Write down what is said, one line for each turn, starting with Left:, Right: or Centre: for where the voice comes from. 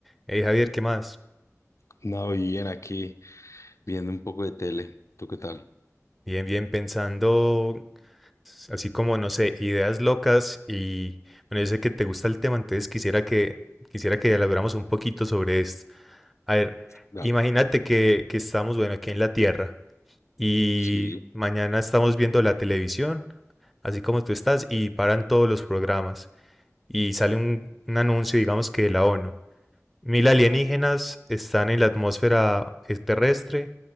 Centre: Hey Javier, ¿qué más?
Left: No, bien, aquí viendo un poco de tele. ¿Tú qué tal?
Centre: Bien, bien, pensando pues, así como, no sé, ideas locas y bueno, yo sé que te gusta el tema, entonces quisiera que, quisiera que elaboramos un poquito sobre esto. A ver,
Left: Dale.
Centre: imagínate que, que estamos, bueno, aquí en la Tierra y
Left: Sí. <clears throat>
Centre: mañana estamos viendo la televisión, así como tú estás, y paran todos los programas y sale un, un anuncio, digamos que de la ONU. Mil alienígenas están en la atmósfera eh, terrestre